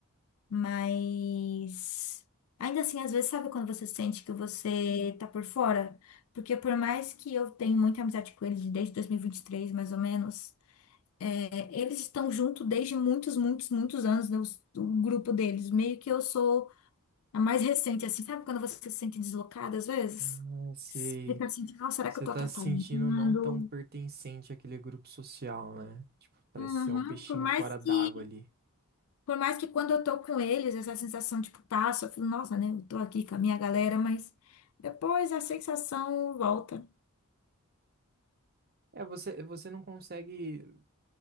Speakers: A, on the left; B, on the right.
A: Mas ainda assim, às vezes, sabe quando você sente que você tá por fora? Porque por mais que eu tenha muita amizade com eles desde 2023, mais ou menos. É, Eles estão junto desde muitos, muitos, muitos anos, né, os- o grupo deles. Meio que eu sou a mais recente, assim, sabe quando você se sente deslocada às vezes?
B: Ah, sei.
A: Fica assim, nossa, será
B: Você
A: que eu tô
B: tá
A: atrapalhando?
B: se sentindo não tão pertencente àquele grupo social, né? Tipo, parece
A: Uhum,
B: que você é um peixinho
A: Por mais
B: fora d'água
A: que,
B: ali.
A: por mais que quando eu tô com eles, essa sensação, tipo, passa, eu falo, nossa, né, eu tô aqui com a minha galera, mas depois a sensação volta.
B: É, você, você não consegue.